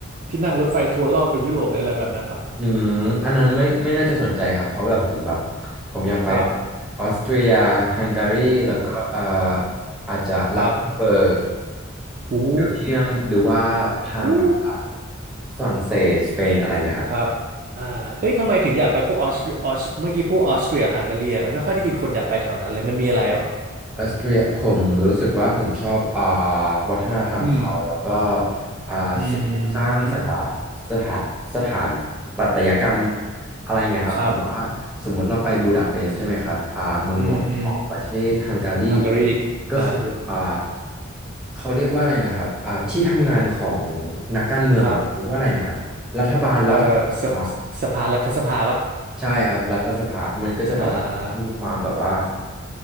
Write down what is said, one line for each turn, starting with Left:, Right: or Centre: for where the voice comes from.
Right: ที่นั่งรถไฟทัวร์รอบไปยุโรปหรืออะไรแบบนั้นปะ
Centre: อืมอันนั้นไม่ไม่น่าจะสนใจครับเพราะแบบผมแบบผมอยากไป
Right: ครับ
Centre: ออสเตรียฮังการีแล้วก็เอ่อ
Right: อู้
Centre: อาจจะลักเซมเบิร์ก
Right: ครับอู้
Centre: เบลเยียมหรือว่าทางแบบอ่า
Right: อู้
Centre: ฝรั่งเศสสเปนอะไรอย่างเงี้ยครับ
Right: ครับอ่าเอ้ยทำไมถึงอยากไปพวกออสเตรียออสเมื่อกี้พูดออสเตรียฮังการีอะไม่ค่อยได้ยินคนอยากไปแถวนั้นเลยมันมีอะไรเหรอ
Centre: ออสเตรียผมรู้สึกว่าผมชอบอ่าวัฒนธรรมเขาแล้วก็
Right: อืม
Centre: อ่าสิ่งปลูกสร้างสถา
Right: อืม
Centre: สถานสถานปัตยกรรมอะไรเงี้ยครับแบบว่าสมมติเราไปบูดาเปสต์ใช่ไหมครับอ่าเมืองหลวงของประเทศฮังการี
Right: ครับอืมอืมฮังการีอ่า
Centre: ก็คืออ่าเขาเรียกว่าอะไรนะครับอ่าที่ทำงานของนักการเมืองเรียกว่าอะไรนะครับรัฐบาลรัฐสภา
Right: ครับเอ่อสสสภารัฐสภาปะ
Centre: ใช่ครับรัฐสภามันก็จะแบบว่ามีความแบบว่า
Right: อ่า